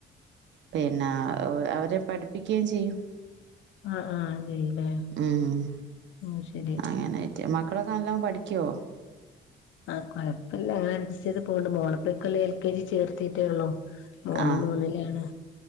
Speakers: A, on the right; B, on the left.
A: പിന്നെ അവ അവരെ പഠിപ്പിക്കുകേം ചെയ്യും
B: ആഹ് ആഹ് ശരിയല്ലേ
A: ഉം
B: ആഹ് ശരി.
A: അങ്ങനായിട്ട് മക്കളൊക്കെ നല്ലേണം പഠിക്കുവോ?
B: ആഹ് കൊഴപ്പമില്ല അങ്ങനെ അഡ്ജസ്റ്റ് ചെയ്ത് പോക്കുന്നുണ്ട് മോൾ ഇപ്പൊ ഈ കൊല്ലം എൽ കെ ജി യിൽ ചേർത്തിട്ടേ ഉള്ളൂ. മോന്
A: ആഹ്
B: മൂന്നിലാണ്